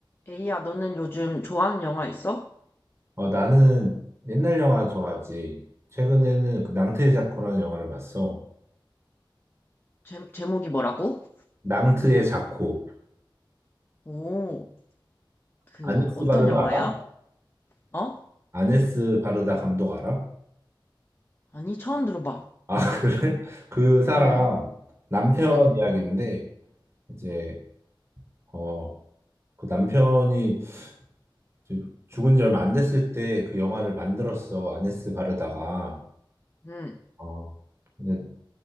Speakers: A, on the left; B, on the right.
A: 에이야, 너는 요즘 좋아하는 영화 있어?
B: 어, 나는 옛날 영화 좋아하지. 최근에는 그 낭트의 자코라는 영화를 봤어.
A: 제, 제목이 뭐라고?
B: 낭트의 자코.
A: 오, 그,
B: 아네스
A: 어떤
B: 바르다
A: 영화야?
B: 알아?
A: 어?
B: 아네스 바르다 감독 알아?
A: 아니, 처음 들어봐.
B: 아, <laughs> 그래? 그 사람
A: 응,
B: 남편
A: 응,
B: 이야기인데, 이제, 어, 그 남편이 이제 죽은 지 얼마 안 됐을 때 그 영화를 만들었어. 아네스 바르다가.
A: 응.
B: 어, 근데